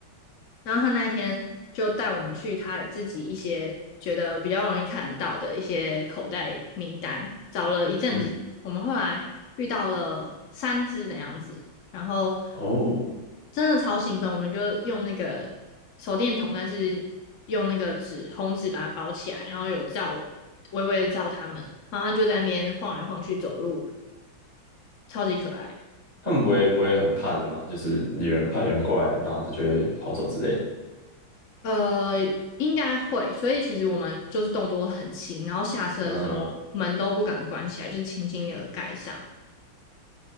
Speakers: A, on the left (about 55°); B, on the left (about 40°).
A: 然后他那一天就带我们去他自己一些觉得比较容易看得到的一些口袋名单，找了一阵子，
B: 嗯，
A: 我们后来遇到了三只的样子，然后
B: 哦，
A: 真的超兴奋，我们就用那个手电筒，但是用那个纸红纸把它包起来，然后有照微微的照它们，然后它就在那边晃来晃去走路，超级可爱。
B: 他们不会不会很怕人嘛，就是有人怕有人过来，然后它就会跑走之类的，
A: 呃，应该会，所以其实我们就是动作都很轻，然后下车的时候门都不敢关起来，
B: 嗯，
A: 就是轻轻的盖上。